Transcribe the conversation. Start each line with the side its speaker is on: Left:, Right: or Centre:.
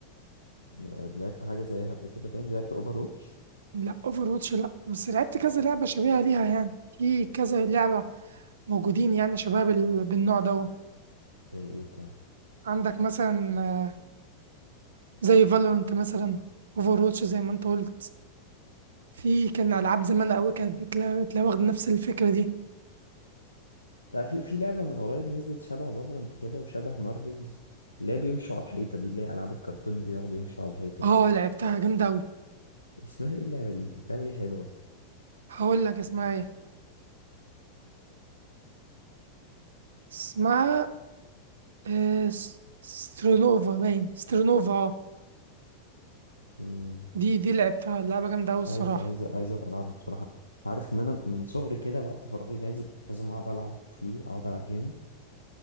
Left: آه لعبت حاجة زيها قبل كده تاني لعبت اوفر واتش
Right: لا اوفر واتش لا بس لعبت كذا لعبه شبيهه ليها يعني في كذا لعبه موجودين يعني شباب ال- بالنوع ده
Left: زي ايه طيب؟
Right: عندك مثلا آه، زي فالورنت مثلا اوفر واتش زي ما انت قلت في كان العاب زمان قوي كانت بتلا- بتلا- واخده نفس الفكره دي
Left: لا في في لعبة من قريب نزلت شبه فالورانت كده وشبه مارفلز اللي هي بيمشوا على الحيطة دي اللي هي ألعاب الكرتون اللي بيقعد يمشي على الحيطة
Right: اه لعبتها جامده قوي
Left: اسمها ايه اللعبة دي؟ اللعبة دي حلوة
Right: هقول لك اسمها ايه اسمها آه، س- سترونوفا باين سترونوفا اه
Left: مم.
Right: دي دي لعبتها اللعبة جامدة أوي الصراحة
Left: عايز عايز عايز ابقى العبها بصراحه عارف ان انا من صغري كده وقت فراغي لازم لازم اقعد العب فيه اقعد العب جيمنج